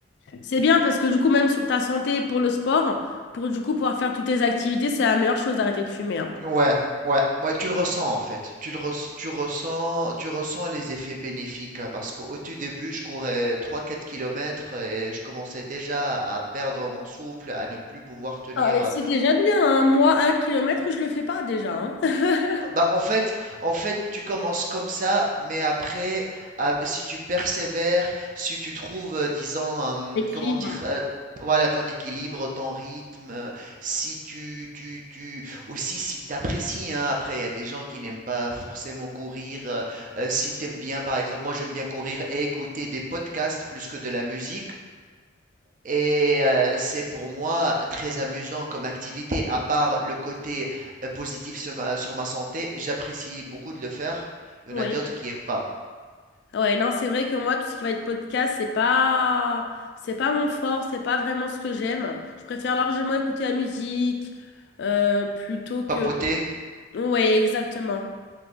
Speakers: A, on the left; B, on the right.
A: C'est bien parce que du coup, même sur ta santé, pour le sport, pour du coup pouvoir faire toutes tes activités, c'est la meilleure chose d'arrêter de fumer. hein.
B: Ouais, ouais, ouais, tu le ressens en fait. Tu le res- tu ressens, tu ressens les effets bénéfiques euh, parce qu'au tout début, je courais trois, quatre kilomètres et je commençais déjà à perdre mon souffle, à ne plus pouvoir tenir.
A: Ah, et
B: euh,
A: c'est déjà bien, hein. Moi, un kilomètre, je le fais pas déjà. hein. <laughs>
B: Bah bah, en fait en fait, tu commences comme ça, mais après, ah, si tu persévères, si tu trouves, euh, disons, euh,
A: Équilibre.
B: comment dire, euh, voilà, ton équilibre, ton rythme, euh, si tu, tu, tu, aussi si tu apprécies, hein, après, il y a des gens qui n'aiment pas forcément courir, euh, euh, si tu aimes bien, par exemple, moi j'aime bien courir et écouter des podcasts plus que de la musique, et euh, c'est pour moi très amusant comme activité. À part le côté euh, positif sur ma, sur ma santé, j'apprécie beaucoup de le faire. Il
A: Oui.
B: y en a d'autres qui n'aiment pas.
A: Ouais, non, c'est vrai que moi, tout ce qui va être podcast, c'est pas, c'est pas mon fort, c'est pas vraiment ce que j'aime. Je préfère largement écouter la musique euh, plutôt que.
B: Papoter.
A: Ouais, exactement.